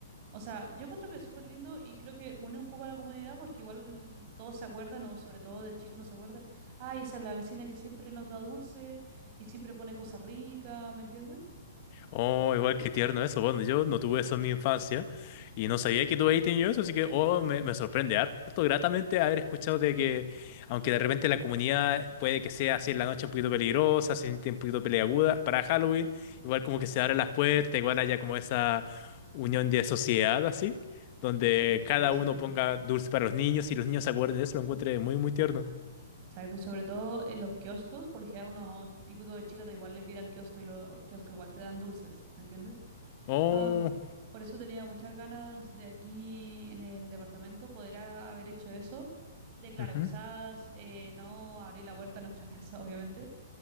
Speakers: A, on the right; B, on the left.
A: O sea, yo encuentro que es súper lindo y creo que une un poco a la comunidad porque igual todos se acuerdan, o sobre todo de chico uno se acuerda, ay, esa es la vecina que siempre nos da dulce y siempre pone cosas ricas, ¿me entiendes?
B: Oh, igual que tierno eso. Bueno, yo no tuve
A: Sí, po.
B: eso en mi infancia y no sabía que tuve ahí tenido eso, así que oh, me, me sorprende harto gratamente haber escuchado de que, aunque de repente la comunidad puede que sea así en la noche un poquito peligrosa, se siente un poquito peleaguda, para Halloween igual como que se abren las puertas, igual haya como esa unión de sociedad así, donde
A: Sí,
B: cada
A: sí.
B: uno ponga dulce para los niños y los niños se acuerden de eso, lo encuentre muy, muy tierno.
A: Exacto. Y sobre todo en los kioscos, porque a unos típicos de chica te igual le pide al kiosco y los kioscos igual te dan dulces, ¿me entiendes?
B: Oh,
A: Ah, por eso tenía muchas ganas de aquí en el departamento poder a- haber hecho eso. De claro,
B: ujú.
A: quizás eh, no abrir la puerta a nuestra <laughs> casa, obviamente,